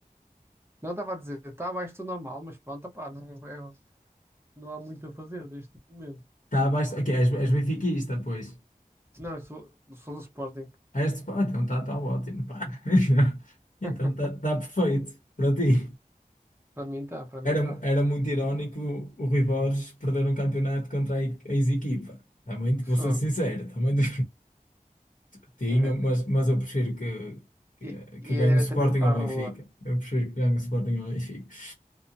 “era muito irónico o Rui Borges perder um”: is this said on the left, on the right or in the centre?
Left